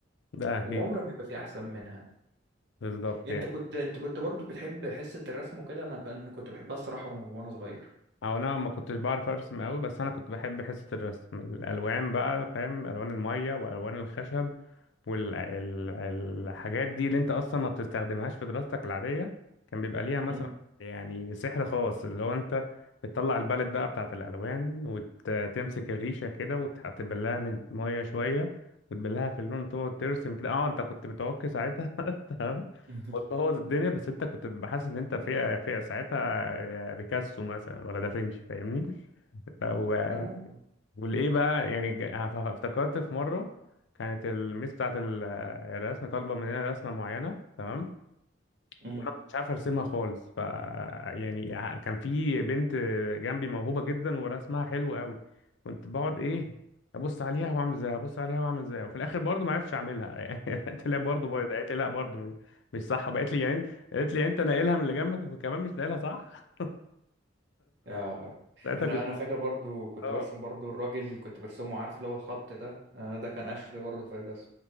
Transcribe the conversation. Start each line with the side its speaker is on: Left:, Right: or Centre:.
Left: ده
Right: وعمر
Left: اكيد
Right: ما بيبقى في احسن منها
Left: بالظبط
Right: انت
Left: يعني
Right: كنت انت كنت برضو بتحب حصة الرسم وكده انا ك- انا كنت بحبها الصراحة و- وانا صغير
Left: او انا ما كنتش بعرف ارسم قوي بس انا كنت بحب حصة الرسم الالوان بقى فاهم الوان المية والوان الخشب والحاجات دي اللي انت اصلا ما بتستخدمهاش في دراستك العادية كان بيبقى ليها مثلا
Right: مم.
Left: يعني سحر خاص اللي هو انت بتطلع البالت بقى بتاعت الالوان وتمسك الريشة كده وتبلها من المية شوية وتبلها في اللون وتقعد ترسم كده اه انت كنت بتعك ساعتها <laughs> تمام
Right: <laughs>
Left: بوظ الدنيا بس انت كنت بتبقى حاسس ان انت في في ساعتها بيكاسو مثلا ولا دافنشي فاهمني ف- و-
Right: اه
Left: والايه بقى يعني ج- ف- افتكرت في مره كانت الميس بتاعت ال- الرسم طالبه مننا رسمه معينه تمام
Right: امم
Left: وانا ما كنتش عارف ارسمها خالص ف يعني ع- كان في بنت جنبي موهوبه جدا ورسمها حلو قوي كنت بقعد ايه ابص عليها واعمل زيها ابص عليها واعمل زيها وفي الاخر برضو ما عرفتش اعملها <laughs> قلت لها برضو بايظه قالت لي لا برضو م- مش صح بقت لي يعني قالت لي يعني انت ناقلها من اللي جنبك وكمان مش ناقلها صح
Right: آه.
Left: <laughs> ساعتها
Right: احنا
Left: كنت
Right: انا فاكر برضو كنت
Left: اه
Right: برسم برضو الراجل كنت برسمه عارف اللي هو الخط ده آه ده كان اخر برضو في الرسم